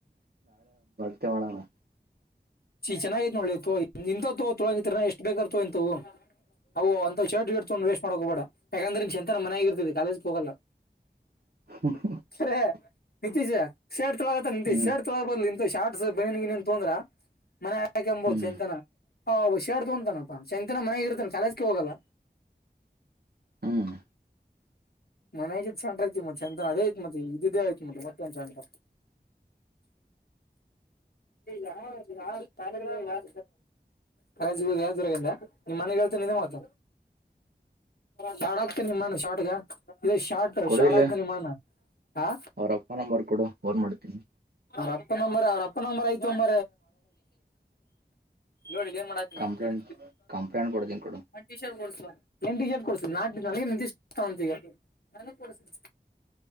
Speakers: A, on the right; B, on the left.
A: ತ್ತ ಮಾಡಳ <inaudible>
B: ಚೆನ್ನಾಗೈತೆ ನೋಡತ ಇಂತ ತೊಳಿ ಎಷ್ಟ್ ಬೇಕತೋ ಇಂತವು ಅಓ ಅಂತ ಶರ್ಟ್ ಗಡ್ೊಂಡ್ ವೇಸ್ ಮಾಡಕ ಹೋಗಬೇಡ ಯಾಕಂದ್ರ ಇ ಚ ಎಂತನ ಮನೆ ಆಗಿರ್ತದೆ ಕಾಲೇಜಗೆ ಹೋಗಲ್ಲ
A: ಹ
B: ಖರೆ ನಿತೀಶ್ ಶರ್ಟ್ ತೊಳಗತ್ತ ನಿತೀಶ್
A: ಹ್ಮ್
B: ಶರ್ಟ್ ತೊಳಗ ಬಾರ್ ಇಂತ ಶಾರ್ಟ್ ಬನಿಗೆ ನೀನ್ ತೊಂದ್ರ ಮನೆ ಆಕ ಎಂಬೋದು
A: ಹ್ಮ್
B: ಚ ಎಂತಾನ ಹ ಹುಷಿಯಾರ್ಡ್ತೊತನಪಾ ಶಂತನ ಮನಯಾಗಿರ್ತಾನ ಚಾಲಜಕ ಹೋಗಲ್ಲ
A: ಹ್ಮ್
B: ಮನಗ ಸಂಟ ಆಐತಿ ಮತ್ತೆ ಸಂತನ್ ಅದೇ ಆಯ್ತ್ ಮತ್ತ ಇದಿದ್ದೇ ಆಯ್ತ್ ಮತ್ತ ಮತ್ತೆ ಸಂಟ ಯಾವ ಯಾ ಶಾಲ ಯಾರ ಕಳೇಜಿಗೆ ಹೋಗ ಯಾವ್ದರಾಗಿಿಂದ ನಿಮ್ಮ್ ಮನೆಗ್ ಹೇಳ್ತ ನಿಜ ಮಾತ ಶಾರಟ್ ಆಕ್ತನ ನಿಮ್ಮನ್ ಶಾರಟ್ಗ ಇ ಶಾರ್ಟ್
A: ಕೊಡು
B: ಶಾರ್ಟ್
A: ಇಲ್ಲಿ
B: ಆಗ್ತನಿಮ್ಮಾನ ಹ
A: ಅವ್ರ ಅಪ್ಪ ನಂಬರ್ ಕೊಡು ಫೋನ್ ಮಾಡ್ತೀನಿ
B: ಅವ್ರಪ್ಪನಂಬರ ಅವ್ರಪ್ಪನಂಬರ್ ಆಯ್ತು ಅಂಬ ನೋಡಿ ಏನ್ ಮಾಡಾತಿ ನಾೇ
A: ಕಂಪ್ಲೇಂಟ್ ಕಂಪ್ಲೇಂಟ್ ಕೊಡ್ತೀನಿ ಕೊಡು
B: ಟೀ ಶರ್ಟ್ ಕೊಡ್ಸ ಏನ್ಟಿ ಶರ್ಟ್ ಕೊಡ್ಸಾ ಇಂತ ಈಗ ನಾನು ಕಡಸಿದ್ದ